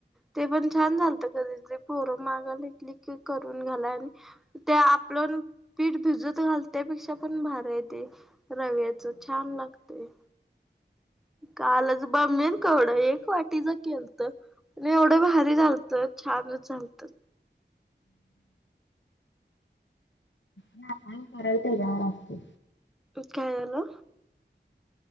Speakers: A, in the centre; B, on the left.
A: ते पण छान झालत, कधीतरी पोरं मागालेकी इ क करून घाला आणि. ते, आपलं पीठ भिजत घालतंय, त्यापेक्षा पण भारी ये ते. रव्याच, छान लागतय. कालच, बमणे कवडं एक वाटीच केलत. आणि, एवढं भारी झालतं, छानच झालतं.
B: ना, आपन कराल त्याच्यावर असत्य,
A: काय झाल.